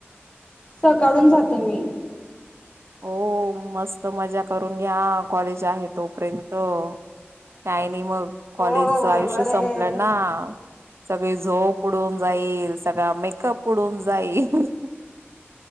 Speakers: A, on the left (about 25°); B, on the right (about 80°).
A: सकाळून जाते मी.
B: हो मस्त मजा करून घ्या, कॉलेज आहे तोपर्यंत, काय नाही मग.
A: हो
B: कॉलेजच
A: बरोबर
B: आयुष्य संपलं
A: आहे
B: ना, सगळी झोप उडून जाईल, सगळा मेकअप उडून जाईल.